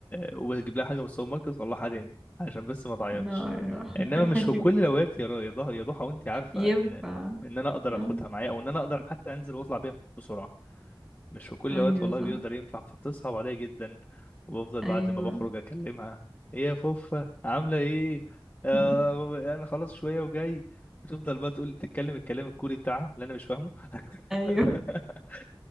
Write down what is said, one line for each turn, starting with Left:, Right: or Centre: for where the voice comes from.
Left: واجيب لها حاجه من السوبر ماركت والله حراني عشان بس ما تعيطش
Centre: نار يا روحي
Left: انما
Centre: <laughs>
Left: مش
Centre: ايوه
Left: في كل الاوقات يا را- يا ضح- يا ضحى وانت عارفه
Centre: ينفع
Left: ان ان انا اقدر
Centre: اه،
Left: اخدها معايا او ان انا اقدر حتى انزل واطلع بيها بسرعه مش في كل
Centre: ايوه
Left: وقت والله
Centre: صح
Left: بيقدر ينفع فبتصعب عليا جدا وبفضل
Centre: ايوه
Left: بعد ما بخرج اكلمها ايه يا فوفا عامله ايه آه
Centre: <laughs>
Left: انا خلاص شويه وجاي بتفضل بقى تقول تتكلم الكلام الكوري بتاعها اللي انا مش فاهمه <laughs>
Centre: ايوه